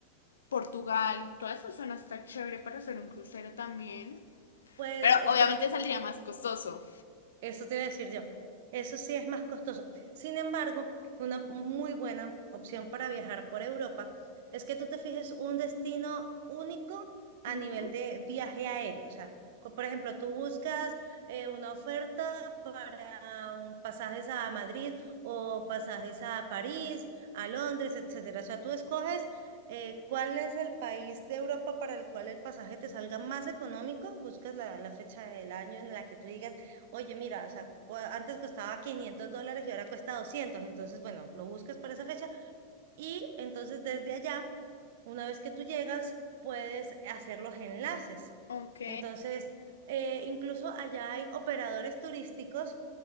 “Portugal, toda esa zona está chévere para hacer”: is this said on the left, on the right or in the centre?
Left